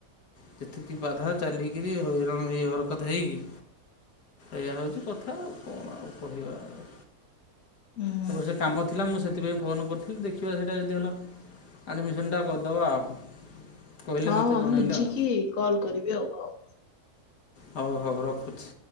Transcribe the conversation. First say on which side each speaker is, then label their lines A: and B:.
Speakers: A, on the left (about 80°); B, on the left (about 55°).
A: ଯେତିକି ବାଧା ଚାଲିକିରି ହଇରାଣ ହେଇ ହରକତ ହେଇକି ଏଇଆ ହଉଛି କଥା ଆଉ କଣ ଆଉ କହିବା ଆଗା
B: ହୁଁ
A: ତମର ସେ କାମ ଥିଲା ମୁଁ ସେଥିପାଇଁ ଫୋନ କରିଥିଲି ଦେଖିବା ସେଇଟା ଯଦି ହେଲା। ଆଡ଼ମିସନ୍ ଟା କରିଦେବା ଆଉ। କହିଲେ
B: ହଁ
A: ମୋତେ
B: ହଁ
A: ଜଣାଇଲେ
B: ମୁଁ ବୁଝିକି
A: ଆଉ
B: କଲ୍ କରିବି ଆଉ ହଉ।
A: ହଉ ହଉ ରଖୁଛି।